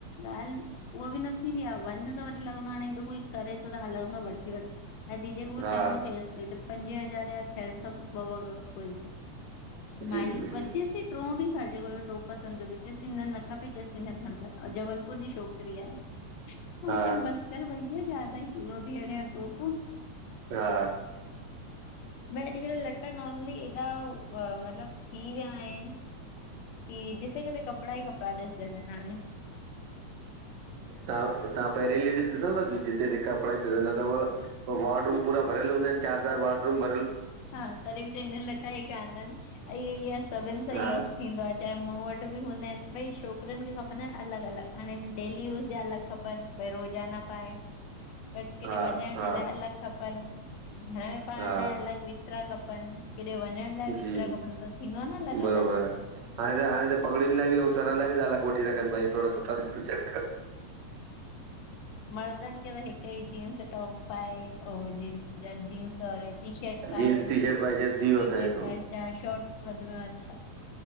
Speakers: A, on the left; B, on the right.
A: ॻाल्हि उहा बि न थींदी आहे वञ त वरी लॻंदो आहे हाणे हेॾो कोई करे थो त ह लॻंदो आहे वठी वठ ऐं दीदी खे हू
B: हा
A: चङो चंइसि पई त पंजे हज़ार जा साॻियां ॿ वॻा कुल थियस
B: जी
A: माई
B: जी जी
A: वरी चवेसती टियों बि खण टियों पसंदि चेसपई न खपे न खण भला जवल। <unintelligible> छोकरी आहे मां
B: हा
A: चइमांस बसकर भैया जयदा चुनौती आहेती अॻोपो
B: हा
A: भई अॼुकल्ह लटा नॉर्मली एॾा मतलबु थी विया आहिनि की जिते किथे कपड़ा ई कपड़ा ॾिसजनि था हाणे।
B: तव्हां पहिरीं लेडीस ॾिसंदव जिते त कपिड़ाई ॾिसंदा अथव वार्डूम
A: न
B: पूरा भरियल हूंदा आहिनि चार चार वार्डूम।
A: हा तॾहिं बि चवंदा आहिनि लटा ई कोन्हनि ईंअ सभिनि सां
B: हा
A: ई थींदो आहे चाहे मूं वटि बि हूंदा आहिनि भई छोकिरियुनि खे खपनि अलॻि अलॻि हाणे डेली यूस जा अलॻि खपनि भई रोज़ाना पाए भाई किथे
B: हा
A: वञण
B: हा
A: जे लाइ अलॻि खपनि घर में पण
B: हा
A: लाइ अलॻि <unintelligible> खपनि केथे वञण लाइ
B: जी
A: खपनि त थींदो न अलॻि
B: बरोबरु
A: अलॻि
B: आहे हाणे त हाणे त पगड़ियुनि लाइ बि ऐं सर लाइ बि त अलॻ वठी रखनि भई थोड़ा सुठा ॾिसनि चेक कनि।
A: मर्दनि खे त हिकु ई जींस टॉप पाए जींस <unintelligible> जींस ओर टी शर्ट पाए
B: जींस
A: टी
B: शर्ट वाई शर्ट थी वियो असांजो
A: शर्ट
B: कमु
A: पाए छा शोर्टस वध में वध <unintelligible>